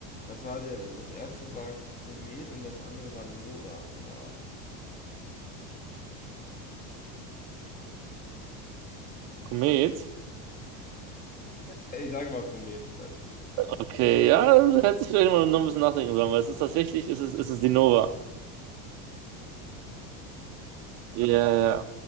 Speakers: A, on the left; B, on the right.
A: was war der? Das erste war Komet und das andere war Nova. Oh.
B: Komet.
A: Äh, Ich sage mal Komet, ich weiß es nicht.
B: Okay, ja, hätte ich vielleicht mal noch ein bisschen nachdenken sollen, weil es ist tatsächlich, es ist, es ist die Nova. Ja, ja. ja.